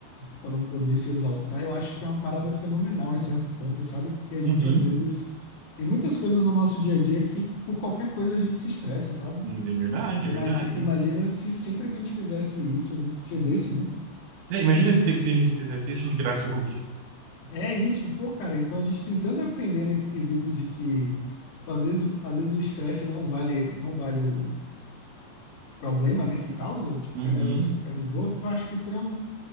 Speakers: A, on the left (about 65°); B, on the right (about 85°).
A: para não poder se exaltar, eu acho que é uma parada fenomenal em certo ponto, sabe? Porque a
B: uhum,
A: gente às vezes tem muitas coisas no nosso dia a dia que por qualquer coisa a gente se estressa, sabe?
B: é verdade,
A: Imagina,
B: é verdade,
A: imagina se sempre que a gente fizesse isso, a gente cedesse, né?
B: É, imagina se sempre que a gente fizesse isso, a gente virasse o Hulk,
A: É isso, pô, cara. Então a gente tem tanto a aprender nesse quesito de que, tipo, às vezes, às vezes o estresse não vale, não vale o problema, né, que causa, tipo,
B: uhum,
A: que é melhor você ficar de boa, que eu acho que seria um,